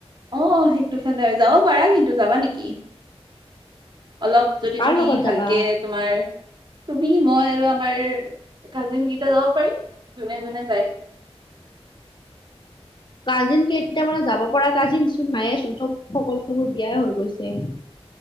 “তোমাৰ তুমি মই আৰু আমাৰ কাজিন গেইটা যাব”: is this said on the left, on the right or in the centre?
Right